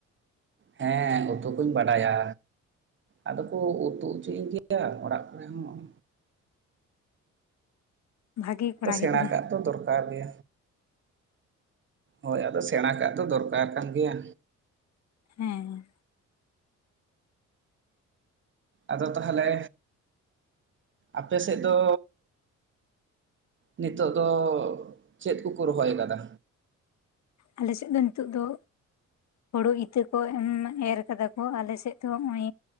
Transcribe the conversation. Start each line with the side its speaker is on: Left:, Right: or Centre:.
Right: ᱦᱮᱸ ᱩᱛᱩ ᱠᱩᱧ ᱵᱟᱰᱟᱭᱟ᱾ ᱟᱫᱚ ᱠᱚ ᱩᱛᱩ ᱦᱚᱪᱚᱧ ᱜᱮᱭᱟ ᱚᱲᱟᱜ ᱠᱚᱨᱮ ᱦᱚᱸ
Left: ᱵᱷᱟᱜᱮ ᱠᱚᱲᱟ
Right: ᱫᱚ ᱥᱮᱬᱟ
Left: ᱜᱤᱫᱽᱨᱟᱹ
Right: ᱠᱟᱜ ᱫᱚ ᱫᱚᱨᱠᱟᱨ ᱜᱮ᱾ ᱦᱳᱭ ᱟᱫᱚ ᱥᱮᱬᱟ ᱠᱟᱜ ᱫᱚ ᱫᱚᱨᱠᱟᱨ ᱠᱟᱱ ᱜᱮᱭᱟ᱾
Left: ᱦᱮᱸ
Right: ᱟᱫᱚ ᱛᱟᱦᱚᱞᱮ ᱟᱯᱮ ᱥᱮᱫ ᱫᱚ ᱱᱤᱛᱚᱜ ᱫᱚ ᱪᱮᱫ ᱠᱚᱠᱚ ᱨᱚᱦᱚᱭ ᱠᱟᱫᱟ?
Left: ᱟᱞᱮ ᱥᱮᱫ ᱫᱚ ᱱᱤᱛᱚᱜ ᱫᱚ ᱦᱳᱲᱳ ᱤᱛᱟᱹ ᱠᱚ ᱮᱨ ᱠᱟᱫᱟ ᱠᱚ ᱟᱞᱮᱥᱮᱫ ᱫᱚ ᱱᱚᱜ ᱚᱭ